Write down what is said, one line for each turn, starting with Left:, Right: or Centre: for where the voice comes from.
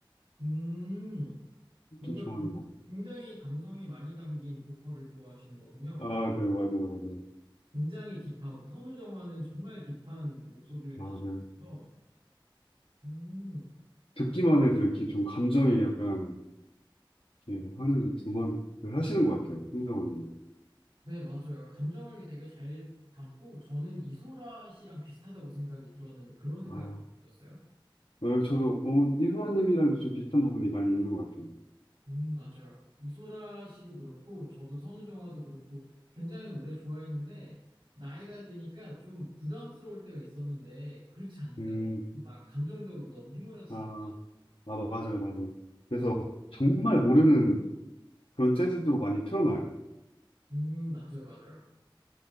Right: 음, 뭔가
Left: 좀 좋아하는 것 같아요.
Right: 굉장히 감성이 많이 담긴 보컬을 좋아하시는 거군요.
Left: 아, 네, 맞아요, 맞아요.
Right: 굉장히 딥하고, 선우정아는 정말 딥한 목소리를 가지고
Left: 아, 네.
Right: 있어서, 음,
Left: 듣기만 해도 이렇게 좀 감정이 약간 이렇게 하는 음악을 하시는 것 같아요, 선우정 알님
Right: 네, 맞아요. 감정을 되게 잘 담고, 저는 이소라 씨랑 비슷하다고 생각이 들었는데, 그런 생각이
Left: 아,
Right: 들었어요?
Left: 어, 저도 어, 이수아님이랑 좀 비슷한 부분이 많이 있는 것 같아요.
Right: 음, 맞아요. 이소라 씨도 그렇고, 저도 선우정아도 그렇고, 굉장히 오래 좋아했는데, 나이가 드니까 좀 부담스러울 때가 있었는데, 그렇지 않으세요?
Left: 음,
Right: 막 감정적으로 너무 휘몰아치니까.
Left: 아, 아, 맞아요, 맞아요. 그래서 정말 모르는 그런 재즈도 많이 틀어놔요.
Right: 음, 맞아요, 맞아요.